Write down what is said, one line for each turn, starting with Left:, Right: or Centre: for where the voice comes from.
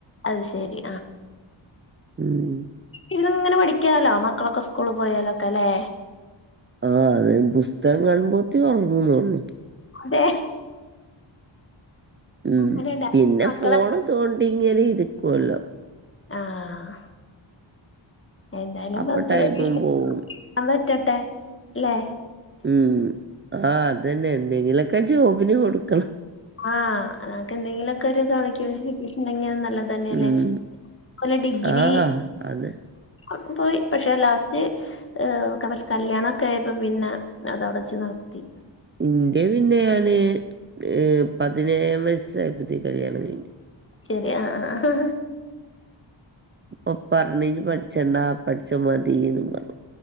Left: അത് ശരി
Right: ഉം
Left: ഇത്ങ്ങനെ പഠിക്കാലോ മക്കളൊക്കെ സ്കൂള് പോയാലൊക്കെല്ലെ
Right: ആ അതെ പുസ്തകം കാണുമ്പോത്തിനൊർങ്ങുന്നൊള്ളു
Left: അതെ
Right: ഉം
Left: അങ്ങനെണ്ട
Right: പിന്നെ
Left: മക്കളെ
Right: ഫോൺ തോണ്ടി ഇങ്ങനെ ഇരിക്കുല്ലോ
Left: ആഹ് എന്തായാലും
Right: അപ്പൊ
Left: ഫസ്റ്റ്
Right: ടൈമും
Left: പരീക്ഷ ഞാ
Right: പോവും
Left: വെക്കട്ടെ ലെ
Right: ഉം ആഹ് അതന്നെ എന്തെങ്കിലൊക്കെ ജോബിന് കൊട്ക്കണം
Left: ആഹ് ങ്ങക്ക് എന്തെങ്കിലൊക്കൊരു ക്വാളിഫിക്കി കിട്ടീട്ണ്ടെങ്കിത് നല്ല തന്നെല്ലേ
Right: ഉം
Left: ഒര് ഡിഗ്രി
Right: ആ അത്
Left: അതും പോയി പശെ ലാസ്റ്റ് ഏഹ് കാരണം കല്യാണൊക്കെ ആയപ്പോ പിന്നെ അതവ്ടെച്ച് നിർത്തി
Right: ഇന്റെ പിന്നെ ഞാൻ ഏഹ് പതിനേഴാം വയസ്സായപ്പത്തിന് കല്യാണം കയ്ഞ്ഞു
Left: ശരി ആഹ് ആഹ്
Right: ഉപ്പ പർഞ്ഞ് നി പഠിച്ചണ്ടാ പഠിച്ച മതീന്ന് പറഞ്ഞു